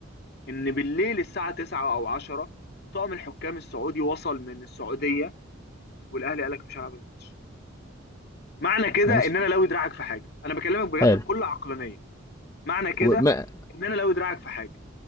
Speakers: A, on the left (about 55°); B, on the left (about 15°).
A: ان بالليل الساعه 9 او 10 طقم الحكام السعودي وصل من السعوديه والاهلي قال لك مش هلعب الماتش معنى كده
B: ماشي
A: ان انا لو دراعك في حاجه انا بكلمك بجد
B: حلو
A: بكل عقلانيه معنى كده
B: وما...
A: ان انا لو دراعك في حاجه